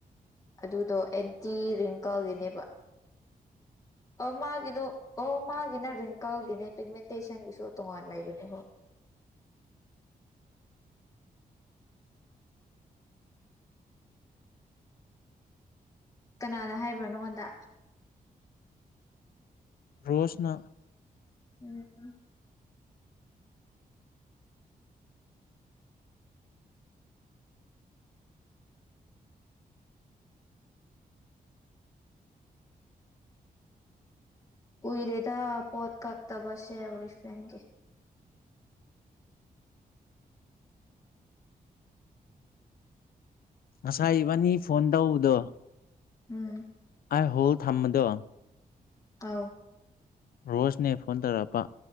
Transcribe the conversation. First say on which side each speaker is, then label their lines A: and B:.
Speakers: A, on the left; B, on the left.
A: ꯑꯗꯨꯗꯣ ꯑꯦꯟꯇꯤ ꯔꯤꯡꯀꯜꯒꯤꯅꯦꯕ ꯑꯣ ꯃꯥꯒꯤꯗꯣ ꯑꯣ ꯃꯥꯒꯤꯅꯦ ꯔꯤꯡꯀꯜꯒꯤꯅꯦ ꯄꯤꯛꯃꯦꯟꯇꯦꯁꯟꯒꯤꯁꯨ ꯇꯣꯉꯥꯟ ꯂꯩꯕꯅꯦ ꯍꯣꯏ ꯀꯅꯥꯅ ꯍꯥꯏꯕ꯭ꯔꯥ ꯅꯪꯉꯣꯟꯗ
B: ꯔꯣꯁꯅ
A: ꯎꯝ ꯀꯨꯏꯔꯦꯗ ꯄꯣꯠ ꯀꯥꯥꯛꯇꯥꯕꯁꯦ ꯑꯣꯏꯔꯤ ꯐ꯭ꯔꯦꯝꯒꯤ
B: ꯉꯁꯥꯏ ꯏꯕꯥꯅꯤ ꯐꯣꯟ ꯇꯧꯕꯗꯣ
A: ꯎꯝ
B: ꯃꯥꯏ ꯍꯣꯜ ꯊꯝꯕꯗꯣ
A: ꯑꯥꯎ
B: ꯕ꯭ꯔꯣꯁꯅꯦ ꯐꯣꯟ ꯇꯧꯔꯛꯄ